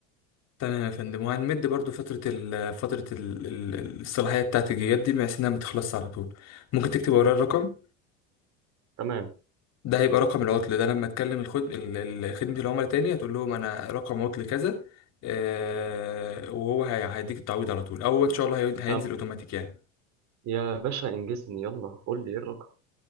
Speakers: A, on the left; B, on the right.
A: تمام يا فندم وهنمد برضو فترة ال فترة ال ال- الصلاحية بتاعت الجيجات دي بحيث إنها متخلصش على طول ممكن تكتب ورايا الرقم
B: تمام
A: ده هيبقى رقم العطل ده لما تكلم الخد ال- ال- خدمة العملاء تاني هتقول لهم أنا رقم عطل كذا آه وهو هي- هيديك التعويض على طول أو إن شاء الله هي- هينزل
B: تمام
A: أوتوماتيك يعني
B: يا باشا انجزني يلا قول لي ايه الرقم